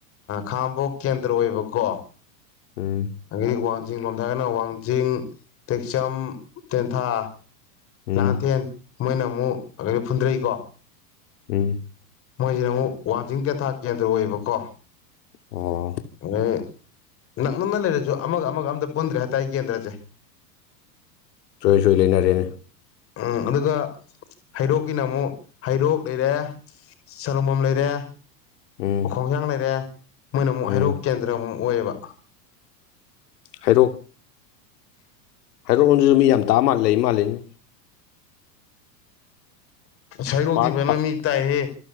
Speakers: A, on the left; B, on the left.
A: ꯈꯥꯡꯉꯕꯣꯛ ꯀꯦꯟꯗ꯭ꯔ ꯑꯣꯏꯕꯀꯣ꯫
B: ꯎꯝ
A: ꯑꯗꯒꯤ ꯋꯥꯡꯖꯤꯡ ꯂꯣꯝꯗ ꯍꯥꯏꯔꯒꯅ ꯋꯥꯡꯖꯤꯡ ꯇꯦꯛꯆꯝ ꯇꯦꯟꯊꯥ
B: ꯎꯝ
A: ꯂꯥꯡꯉꯥꯊꯦꯟ ꯃꯣꯏꯅ ꯑꯃꯨꯛ ꯑꯗꯩ ꯐꯨꯟꯗꯔꯩꯀꯣ
B: ꯎꯝ꯫
A: ꯃꯣꯏꯁꯤꯅ ꯑꯃꯨꯛ ꯋꯥꯡꯖꯤꯡ ꯇꯦꯟꯊꯥ ꯀꯦꯟꯗ꯭ꯔ ꯑꯣꯏꯌꯦꯕꯀꯣ
B: ꯑꯣ
A: ꯍꯣꯏ ꯅꯛꯅꯅ ꯂꯩꯔꯁꯨ ꯑꯃꯒ ꯑꯃꯒ ꯑꯝꯇ ꯄꯨꯟꯗ꯭ꯔꯦ ꯍꯥꯏꯇꯥꯔꯦ ꯀꯦꯟꯗ꯭ꯔꯁꯦ
B: ꯆꯣꯏ ꯆꯣꯏꯅ ꯂꯣꯏꯅꯔꯦꯅꯦ
A: ꯎꯝ ꯑꯗꯨꯒ ꯍꯩꯔꯣꯛꯀꯤꯅ ꯑꯃꯨꯛ ꯍꯩꯔꯣꯛ ꯂꯩꯔꯦ ꯁꯂꯨꯡꯕꯝ ꯂꯩꯔꯦ
B: ꯎꯝ
A: ꯎꯈꯣꯡꯁꯥꯡ ꯂꯩꯔꯦ ꯃꯣꯏꯅ ꯑꯃꯨꯛ ꯍꯩꯔꯣꯛ
B: ꯎꯝ
A: ꯀꯦꯟꯗ꯭ꯔ ꯑꯃꯨꯛ ꯑꯣꯏꯌꯦꯕ
B: ꯍꯩꯔꯣꯛ ꯍꯩꯔꯣꯛ ꯂꯣꯝꯗꯁꯨ ꯃꯤ ꯌꯥꯝ ꯇꯥꯕ ꯃꯥꯜ ꯂꯩ ꯃꯥꯜꯂꯦꯅꯦ
A: ꯍꯩꯔꯣꯛꯇꯤ
B: ꯄꯥꯔꯠ
A: ꯐꯖꯅ
B: ꯄꯥꯔꯠ
A: ꯃꯤ ꯇꯥꯏꯍꯦ